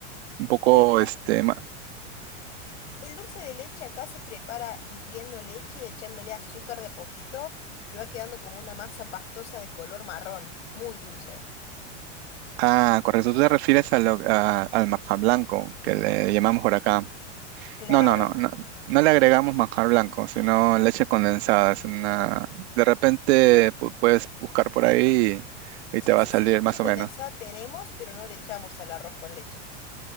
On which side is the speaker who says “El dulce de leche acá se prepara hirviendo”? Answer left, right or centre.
Left